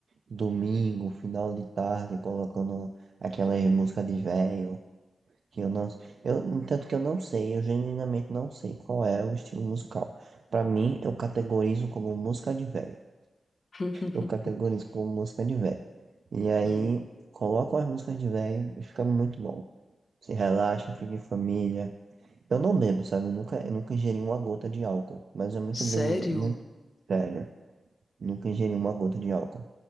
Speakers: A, on the right; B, on the left.
A: domingo, final de tarde, colocando aquelas músicas de velho que eu não, eu, tanto que eu não sei, eu genuinamente não sei qual é o estilo musical. Pra mim, eu categorizo como música de velho
B: <laughs>
A: Eu categorizo como música de velho E aí,
B: Hum.
A: coloco as músicas de velho e fica muito bom. Se relaxa, fica em família. Eu não bebo, sabe? Eu nunca, eu nunca ingeri uma gota de álcool, mas é muito
B: Sério?
A: bem, muito sério. Nunca ingeri uma gota de álcool.